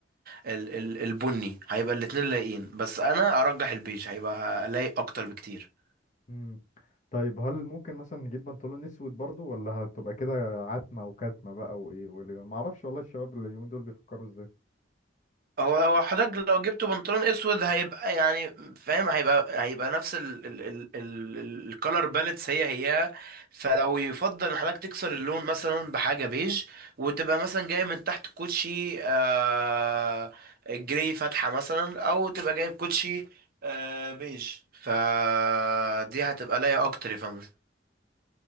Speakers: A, on the right; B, on the left.
A: ال ال البني هيبقى الاتنين لايقين بس انا ارجح البيج هيبقى لايق اكتر بكتير
B: امم طيب هل ممكن مثلا نجيب بنطلون اسود برضو ولا هتبقى كده عتمه وكتمه بقى وايه ولا- ما اعرفش والله الشباب اللي اليومين دول بيفكروا ازاي
A: هو هو حضرتك لو جبته بنطلون اسود هيبقى يعني فاهم هيبقى هيبقى نفس ال ال ال ال الكالر باليتس هي هي فلو يفضل ان حضرتك تكسر اللون مثلا بحاجه بيج وتبقى مثلا جاي من تحت كوتشي آه جراي فاتحه مثلا او تبقى جايب كوتشي آه بيج فدي هتبقى لايقه اكتر يا فندم